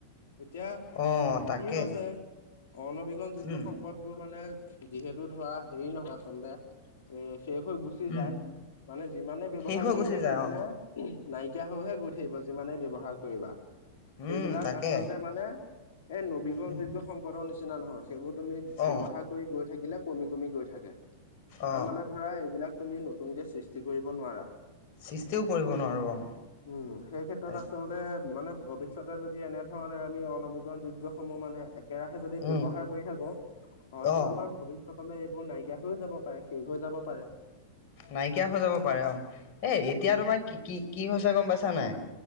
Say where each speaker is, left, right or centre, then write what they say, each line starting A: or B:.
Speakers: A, on the left; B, on the left.
A: এতিয়া
B: অ তাকে
A: কি হৈছে অনৱীকৰন যোগ্য
B: উম
A: এইবোৰ মানে যিহেতু ধৰা হেৰি নহয় আচলতে এ শেষ হৈ গৈছে গুচি
B: উম
A: যায় মানে যিমানে ব্যৱহাৰ
B: শেষ হৈ
A: কৰিবা
B: গুচি যায়
A: সিমানে
B: অ
A: নাইকিয়া হৈহে গৈ থাকিব যিমানে ব্যৱহাৰ কৰিবা সেইবিলাক
B: উম তাকে
A: আচলতে মানে এই নবীকৰণ
B: উম
A: যোগ্য সম্পদৰ নিচিনা নহয় সেইবোৰ ব্যৱহাৰ
B: অ
A: কৰি গৈ থাকিলে কমি কমি গৈ থাকে
B: অ
A: আৰু মানে ধৰা এইবিলাক তুমি নতুনকে সৃষ্টি কৰিব নোৱাৰা
B: সৃষ্টিও কৰিব নোৱাৰো অ
A: উম সেই ক্ষেত্ৰত
B: তাকে
A: আচলতে মানে ভৱিষ্যতে যদি এনে ধৰণে আমি অনবীকৰণ যোগ্যসমূহ মানে একেৰাহে যদি
B: উম
A: ব্যৱহাৰ কৰি থাকো হয়তো
B: অ
A: আমাৰ ভৱিষ্যতলে এইবোৰ নাইকিয়া হৈও যাব পাৰে শেষ হৈ যাব পাৰে
B: নাইকিয়া হৈ যাব পাৰে অ এ এতিয়া তোমাৰ কি কি কি হৈছে গম পাইছা নাই